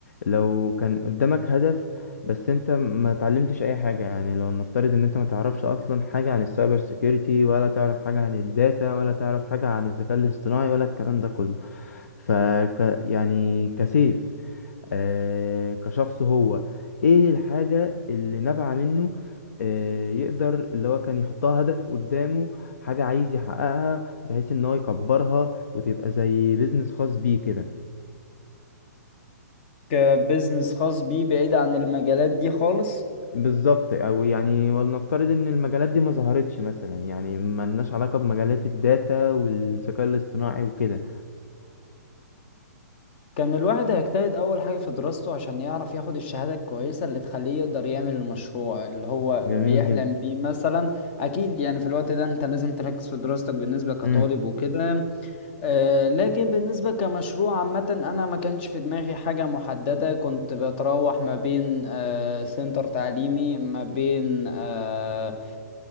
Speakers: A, on the left; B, on the left.
A: لو كان قدامك هدف بس انت ما تعلمتش اي حاجة يعني لو نفترض ان انت ما تعرفش اصلا حاجة عن السايبر سيكيورتي ولا تعرف حاجة عن الداتا ولا تعرف حاجة عن الذكاء الاصطناعي ولا الكلام ده كله ف يعني كسيف آه، كشخص هو ايه الحاجة اللي نابعة منه آه، يقدر اللي هو كان يحطها هدف قدامه حاجة عايز يحققها بحيث ان هو يكبرها وتبقى زي بيزنس خاص بيه كده
B: كبزنس خاص بيه بعيد عن المجالات دي خالص
A: بالظبط او يعني ولنفترض ان المجالات دي ما ظهرتش مثلا يعني ما لناش علاقة بمجالات الداتا والذكاء الاصطناعي وكده
B: كان الواحد هيجتهد اول حاجه في دراسته عشان يعرف ياخد الشهاده الكويسه اللي تخليه يقدر يعمل المشروع اللي هو
A: جميل
B: بيحلم
A: جدا
B: بيه مثلا اكيد يعني في الوقت ده انت لازم تركز في دراستك بالنسبه كطالب
A: امم
B: وكده آه، لكن بالنسبة كمشروع عامة أنا ما كانش في دماغي حاجة محددة كنت بتراوح ما بين آه، سنتر تعليمي ما بين آه،